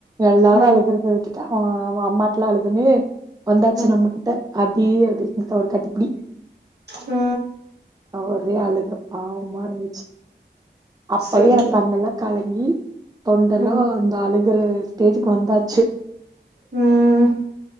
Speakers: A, on the right; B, on the right.
A: எல்லாரு
B: ம்
A: அழுதுருக் சொல்ட்டு தா அவ அம்மாட்லா அழுதுன்னு வந்தாச்சி
B: ம்
A: நம்ம கிட்ட அதே எடுத்துக்க ஒரு கட்டிப்புடி
B: ஓ
A: ஆ ஒரே அழுக பாவமா இருந்துச்சி அப்பவே
B: சேரி
A: எனக்கு கண்ணுல கலங்கி தொண்டெல்லா
B: ம்
A: அந்த அழுகுற ஸ்டேஜ்க்கு வந்தாச்சு
B: ம்